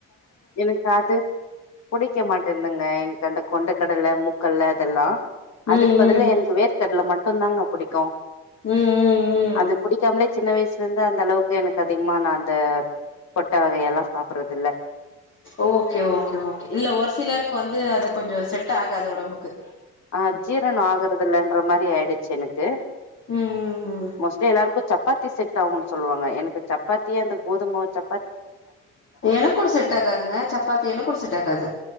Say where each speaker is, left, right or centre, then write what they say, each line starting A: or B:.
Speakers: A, on the left (about 60°); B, on the left (about 40°).
A: எனக்கு அது புடிக்க மாட்டந்துங்க எனக்கு அந்த கொண்ட கடலை மூக்கல்ல அதெல்லாம் அதுக்கு
B: ம் ம்
A: பதில் எனக்கு வேர்கடல மட்டுதாங்க புடிக்கும்
B: ம் ம் ம் ம்
A: அது புடிக்காமலே சின்ன வயசுலருந்து அந்த அளவுக்கு எனக்கு அதிகமா நான் அந்த பொட்ட வகையெல்லாம் சாப்பட்றதில்ல
B: ஓகே ஓகே ஓகே இல்ல ஒரு சிலருக்கு வந்து அதை கொஞ்சம் செட் ஆகாது உடம்புக்கு
A: ஆஹ் ஜீரணம் ஆகறதலலைன்ற மாதிரி ஆயிடுச்சு எனக்கு
B: ம் ம் ம்
A: மோஸ்ட்லி எல்லாருக்கும் சப் சப்பாத்தி செட் ஆகும்ன்னு சொல்லுவாங்க எனக்கு சப்பாத்திய அந்த கோதும் மாவு சப்
B: எனக்கும் செட் ஆகாதுங்க சப்பாத்தி எனக்கு செட் ஆகாது